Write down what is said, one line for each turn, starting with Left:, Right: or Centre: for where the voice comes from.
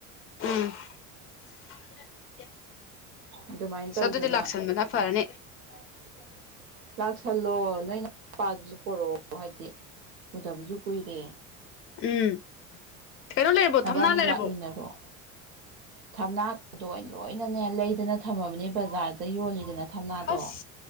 Left: ꯎꯝ
Right: ꯑꯗꯨꯃꯥꯏꯅ ꯇꯧꯗꯅ
Left: ꯑꯗꯨꯗꯤ ꯂꯥꯛꯁꯟꯕꯅ ꯐꯔꯅꯤ
Right: <inaudible> ꯂꯥꯛꯁꯜꯂꯣ ꯅꯣꯏ ꯅꯨꯄꯥꯗꯨꯖꯨ ꯄꯣꯔꯣꯑꯣ ꯍꯥꯏꯗꯤ ꯎꯗꯕꯖꯨ ꯀꯨꯏꯔꯦ
Left: ꯎꯝ ꯀꯩꯅꯣ ꯂꯩꯔꯕꯣ
Right: ꯅꯕꯥꯅꯤ
Left: ꯊꯝꯅꯥ ꯂꯩꯔꯕꯣ
Right: ꯂꯥꯛꯃꯤꯟꯅꯔꯣ ꯊꯝꯅꯥꯒꯗꯣ ꯑꯩꯅ ꯂꯣꯏꯅ ꯂꯩꯗꯅ ꯊꯝꯃꯕꯅꯦ ꯕꯖꯥꯔꯗ ꯌꯣꯜꯂꯤꯗꯅ ꯊꯝꯅꯥꯗꯣ
Left: ꯑꯁ